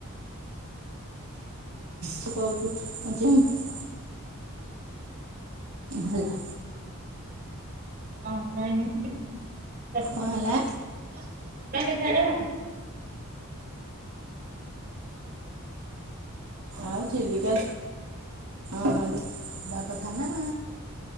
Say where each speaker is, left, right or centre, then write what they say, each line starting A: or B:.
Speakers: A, on the right (about 75°); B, on the right (about 45°).
A: ତୁ କହୁଚୁ <unintelligible> ହେଲା।
B: ହଁ ଯାଇନି, ଯିବା
A: କ'ଣ ହେଲା
B: କେତେଳେ ଆଉ।
A: ଆଉ ଚିଲିକା ହଁ ଯିବା କଥା ନା।